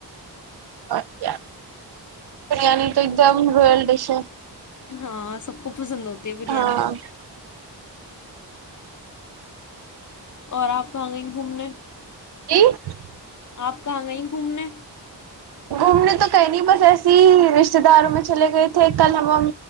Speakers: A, on the right; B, on the left.
A: اچ برانی تو ایک دم روئل ڈش ہے <inaudible>
B: ہاں سب کو پسند ہوتی ہے بریانی
A: ہاں
B: اور آپ <inaudible> کاںیں گھومنے <inaudible>
A: ج <inaudible>
B: آپ کہاں گئیں گھومنے
A: گھومنے تو کہیں نہیں بس ایسے ہی رشتے داروں میں چلے گئے تھے کل ہم